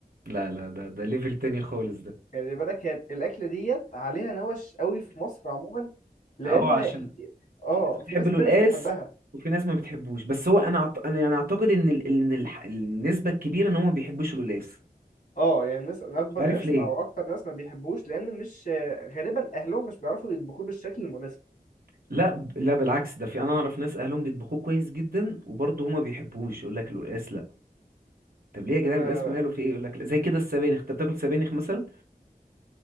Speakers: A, on the right (about 70°); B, on the left (about 70°).
A: لا لا ده ده ليفل تاني خالص ده
B: خلي بالك هي الاكله ديت عليها نوش قوي في مصر عموما لان
A: اهو عشان
B: اه
A: في ناس بتحب
B: في ناس
A: القلقاس
B: كتير مش بتحبها
A: وفي ناس ما بتحبوش بس هو انا أعت... انا يعني اعتقد ان ال... ان ال... النسبة الكبيرة ان هم ما بيحبوش القلقاس
B: اه يعني الناس اكبر
A: مش عارف
B: ناس
A: ليه
B: او اكتر ناس ما بيحبوش لان مش غالبا اهلهم مش بيعرفوا يطبخوه بالشكل المناسب
A: لا ب- لا بالعكس ده في انا اعرف ناس اهلهم بيطبخوه كويس جدا وبرضه هما بيحبوش يقول لك القلقاس لا طب ليه يا جدعان
B: انا
A: القلقاس ماله في ايه يقول لك زي كده السبانخ انت بتاكل سبانخ مثلا